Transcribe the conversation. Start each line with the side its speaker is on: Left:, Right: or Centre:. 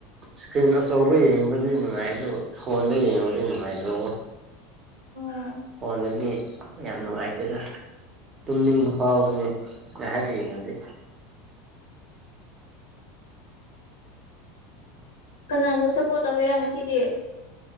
Right: ꯏꯁꯀ꯭ꯔꯤꯟ ꯑꯆꯧꯕ ꯌꯦꯡꯕꯗꯤ ꯅꯨꯡꯉꯥꯏ ꯑꯗꯨꯕꯨ ꯐꯣꯟꯗ ꯌꯦꯡꯉꯨꯕꯗꯤ ꯅꯨꯡꯉꯥꯏꯗ
Left: ꯑꯣ
Right: ꯐꯣꯟꯗꯗꯤ ꯌꯥꯝ ꯅꯨꯡꯉꯥꯏꯇꯦꯗ ꯇꯨꯝꯅꯤꯡꯕ ꯐꯥꯎꯕꯅꯤ ꯍꯥꯏꯔꯛꯏꯉꯗꯤ
Left: ꯀꯅꯥꯕꯨ ꯁꯞꯄꯣꯔꯠ ꯇꯧꯕꯤꯔꯣ ꯉꯁꯤꯗꯤ